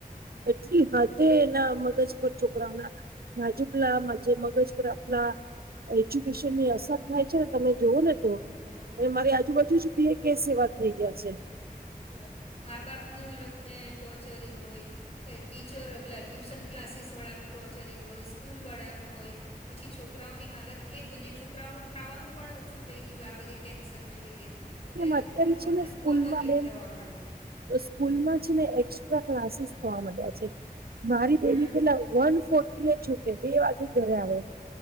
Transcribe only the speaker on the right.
એટલી
હદે એના મગજ- છોકરાઓના નાજુકલા માજ મગેશ્વરતલા. એજ્યુકેશનની અસર થાય છે ને તમે જુઓ ને તો-
અને મારી આજુબાજુ જ બે કેશ એવા થઈ ગયા છે.
કેમ
અત
છે
ને સ્કૂલમાં
બેન
સ્કૂલમાં
છે ને. ક્લાસીસ જોવા મળ્યા છે મારી બે-
વન ફોર્ટી એ છૂટે બે વાગે ઘરે આવે.